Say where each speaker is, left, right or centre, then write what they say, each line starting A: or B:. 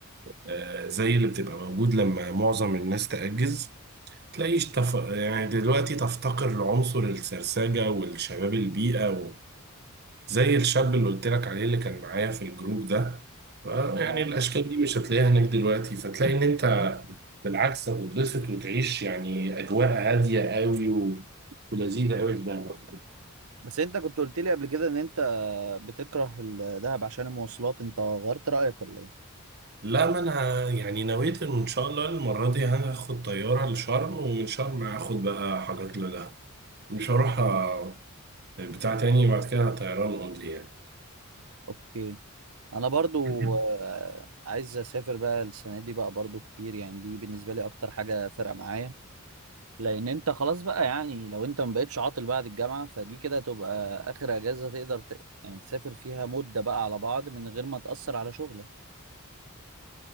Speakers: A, on the right; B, on the right.
A: آه، زي اللي بتبقى موجود لما معظم الناس تأجز تلاقيش تف... يعني دلوقتي تفتقر لعنصر السرسجة والشباب البيئة و... زي الشاب اللي قلت لك عليه اللي كان معايا في الجروب ده ف- يعني
B: آه.
A: الأشكال دي مش هتلاقيها هناك دلوقتي فتلاقي إن أنت بالعكس هتتبسط وتعيش يعني أجواء هادية قوي و... ولذيذة قوي في دهب
B: بس انت كنت قلت لي قبل كده ان انت بتكره الدهب عشان المواصلات انت غيرت رايك ولا ايه؟
A: لا ما انا يعني نويت ان شاء الله المره دي هاخد طياره لشرم ومن شرم هاخد بقى حاجات لدهب مش هروح أ-
B: إيه.
A: بتاع تاني بعد كده طيران اونلي يعني
B: اوكي انا برضو
A: <laughs>
B: آه، عايز اسافر بقى السنه دي بقى برضو كتير يعني دي بالنسبه لي اكتر حاجه فارقه معايا لان انت خلاص بقى يعني لو انت ما بقتش عاطل بعد الجامعه فدي كده تبقى اخر اجازه تقدر ت... يعني تسافر فيها مده بقى على بعض من غير ما تاثر على شغلك